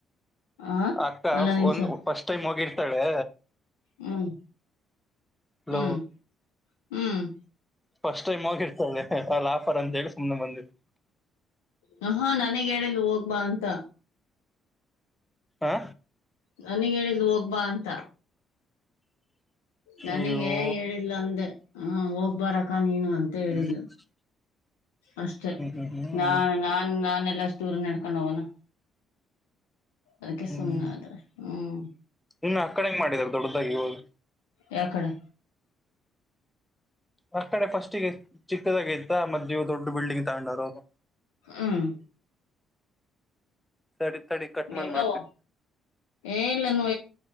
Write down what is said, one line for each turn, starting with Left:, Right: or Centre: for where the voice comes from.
Left: ಹ
Centre: ಅಕ್ಕ
Left: ಅಲ್ಲ ನಿಮಿಷ
Centre: ಒಂದ ಫಸ್ಟ್ ಟೈಮ್ ಹೋಗಿರ್ತಾಳೆ
Left: ಹ್ಮ್
Centre: ಹಲೋ
Left: ಹ್ಮ್ ಹ್ಮ್
Centre: ಫಸ್ಟ್ ಟೈಮ್ ಹೋಗಿರ್ತಳೆ ಅ ಆಫರ್ ಅಂತೇಳಿ ಸುಮ್ನೆ ಬಂದಿತ್ತ
Left: ಹ ಹಾ ನನಗ್ ಹೇಳಿಲ್ಲ ಹೋಗ್ಬಾ ಅಂತ
Centre: ಹ
Left: ನನಗ್ ಹೇಳಿದಲು ಹೋಗ್ಬಾ ಅಂತ. ನನಗ
Centre: ಅಯ್ಯೋ
Left: ಹೇಳಿಲ್ಲ ಅಂದೆ ಹ ಹೋಗ್ಬಾರಕ್ಕ ನೀನು ಅಂತ
Centre: ಹ್ಮ್
Left: ಹೇಳಿದ್ಲು. ಅಷ್ಟೆ
Centre: ಹ್ಮ್ ಹ್ಮ್
Left: ನಾ ನಾನ್ ನಾನೆಲ್ಲಷ್ಟುೂರನ್ನ ನೆಡ್ಕೊಂಡು ಹೋಗೋಣ ಅದಕ್ಕೆ
Centre: ಹ್ಮ್
Left: ಸುಮ್ನೆ ಆದೆ ಹ್ಮ್
Centre: ಇನ್ನು ಆ ಕಡೆಗ ಮಾಡಿದಾರ ದೊಡ್ಡದಾಗಿ ಹೋದು
Left: ಯಕಡೆ
Centre: ಆ ಕಡೆ ಫಸ್ಟ್ಿಗೆ ಚಿಕ್ಕದಾಗ ಇ್ದ ಮದೆ ಇವ ದೊಡ್ಡ ಬಿಲ್ಡಿಂಗ್ ತಗೊಂಡರು ಅವರು
Left: ಹ್ಮ್
Centre: ತಡಿ ತಡಿ ಕಟ್ ಮಾಡ್
Left: ಹೆಂಗವ
Centre: ಮಾಡ್ತಿದ
Left: ಏ ಇಲ್ಲ ನೋ